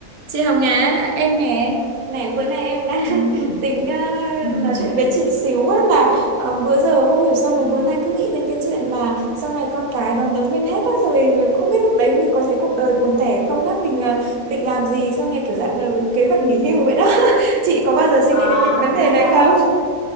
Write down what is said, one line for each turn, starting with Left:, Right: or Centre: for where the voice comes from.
Right: Chị Hồng Á, em nè, này bữa nay em đang <laughs>
Left: Ừm,
Right: tính ờ,
Left: ừm,
Right: nói chuyện với chị xíu á là ờ, bữa giờ không hiểu sao mấy bữa nay cứ nghĩ đến cái chuyện là sau này con cái nó lớn lên hết á rồi không biết lúc đấy mình có thấy cuộc đời buồn tẻ không á mình ờ, định làm gì sau này kiểu dạng là kế hoạch nghỉ hưu vậy đó. <laughs> Chị có bao giờ suy
Left: à.
Right: nghĩ đến cái
Left: <laughs>
Right: vấn đề này không?